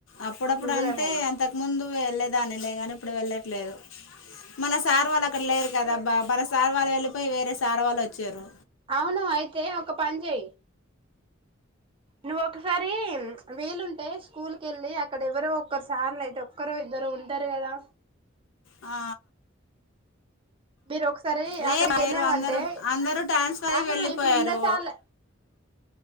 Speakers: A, on the left; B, on the right.
A: అప్పుడప్పుడు
B: దూరమేనా
A: అంటే అంతకు ముందు వెళ్లేదానిలే కాని ఇప్పుడు వెళ్ళట్లేదు. మన సార్ వాళ్ళు అక్కడ లేరు కదాబ్బా మన సార్ వాళ్ళు వెళ్ళిపోయి వేరే సార్ వాళ్ళు వచ్చారు
B: అవును అయితే ఒక పని చేయి నువ్వు ఒకసారి వీలుంటే స్కూల్ కి ఎళ్ళి అక్కడ ఎవరో ఒక్కరు సార్ లయితే ఒక్కరు ఇద్దరు ఉంటారు కదా
A: ఆ
B: మీరు ఒకసారి
A: లే
B: అక్కడికి
A: లేరు
B: వెళ్ళామంటే
A: అందరుూ అందరూ ట్రాన్స్ఫర్ అయి
B: ఆహా
A: వెళ్ళిపోయారు
B: ఇప్పుడు ఉన్న సార్ల